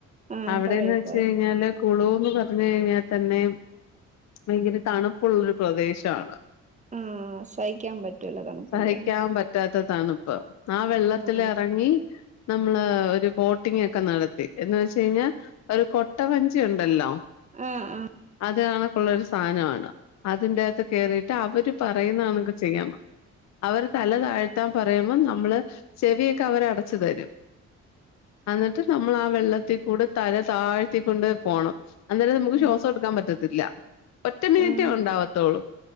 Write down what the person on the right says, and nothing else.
ആഹ്
പറയൂ
പോയോ
ആഹ് സഹിക്കാൻ പറ്റൂല തണുപ്പില്ലേ
ആഹ്
ആഹ് ആഹ്
ഉം
ആഹ്